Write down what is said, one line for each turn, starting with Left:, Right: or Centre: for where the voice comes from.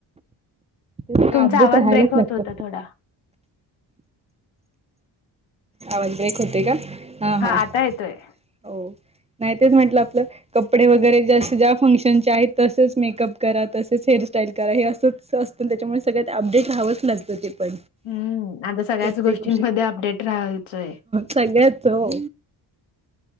Right: ते सगळ
Left: तुमचा
Right: अपडेट
Left: आवाज
Right: राहायलाच
Left: ब्रेक होत
Right: लागत.
Left: होता थोडा.
Right: आवाज ब्रेक होतोय का? हा हा.
Left: आता येतोय
Right: हो नाही तेच म्हटलं आपलं- कपडे वगैरे जस ज्या फंक्शनचे आहेत. तसच मेकअप करा. तसच हेअरस्टाईल करा हे असं- असतं. त्याच्यामुळे सगळ्यात अपडेट रहावंच लागतं ते पण.
Left: हम्म. आता सगळ्याच
Right: प्रत्येक
Left: गोष्टींमध्ये अपडेट राहायचंय.
Right: सगळ्याच हो.